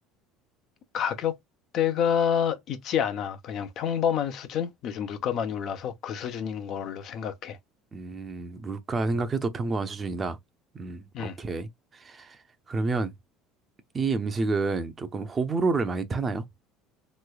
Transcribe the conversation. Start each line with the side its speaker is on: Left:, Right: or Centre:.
Left: 가격대가 있지 않아. 그냥 평범한 수준? 요즘 물가 많이 올라서 그 수준인 걸로 생각해.
Right: 음, 물가 생각해도 평범한 수준이다. 음,
Left: 음.
Right: 오케이. 그러면 이 음식은 조금 호불호를 많이 타나요?